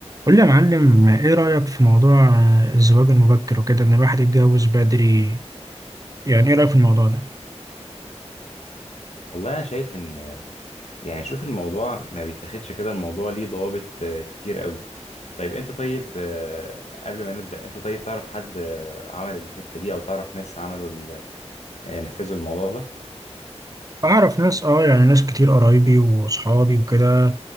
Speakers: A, on the right; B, on the left.
A: قول لي يا معلم ايه رأيك في موضوع آه، الزواج المبكر وكده ان الواحد يتجوز بدري يعني ايه رأيك في الموضوع ده
B: والله انا شايف ان يعني شوف الموضوع ما بيتاخدش كده الموضوع ليه ضوابط آه، كتير قوي طيب انت طيب آه، قبل ما نبدأ انت طيب تعرف حد آه، عمل الحتة دي او تعرف ناس عملوا ال- آه، نفذوا الموضوع ده
A: اعرف ناس اه يعني ناس كتير قرايبي واصحابي وكده